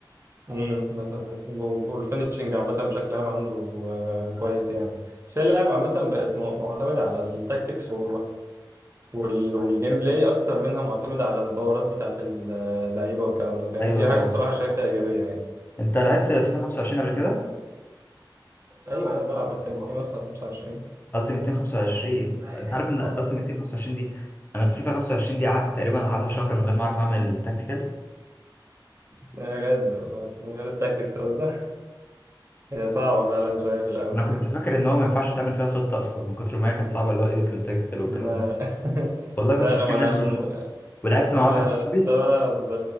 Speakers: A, on the right; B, on the left.
A: مم. مثلا و- والفينشنج عامة بشكل عام عنده آه كويس يعني بس هي اللعبة عامة بقت م- معتمدة على التاكتكس و... وال... والجيم بلاي أكتر منها معتمدة على الباورات بتاعت اللعيبة والكلام ده فاهم
B: ايوه
A: دي
B: فاهم
A: حاجة الصراحة شايفها إيجابية يعني
B: انت لعبت فيفا 25 قبل كده
A: ايوه انا بلعب اكتر بكتير مثلا 25
B: التيمت تيم 25
A: مم. لا
B: انت عارف ان التيمت تيم 25 دي انا في فيفا 25 دي قعدت تقريبا العبها شهر من غير ما اعرف اعمل تاكتيكال
A: بجد والله من غير التاكتكس قصدي هي صعبة فعلا شوية في الأول
B: انا كنت
A: كده
B: فاكر ان هو ما ينفعش تعمل فيها خطة اصلا من كتر ما هي كانت صعبة اللي هو ايديت اند تاكتيكال والكلام
A: لا
B: ده
A: <laughs>
B: والله كنت
A: لا
B: فاكر
A: ما
B: انها
A: أنا عشان
B: من غير خطة ولعبت مع واحد
A: لا
B: صاحبي
A: لا عشان كنت بلعب